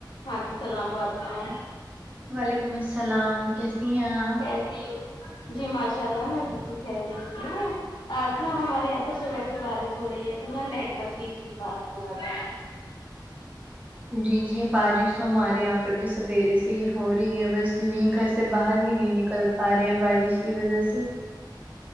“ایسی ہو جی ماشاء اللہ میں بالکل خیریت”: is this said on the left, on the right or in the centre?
Left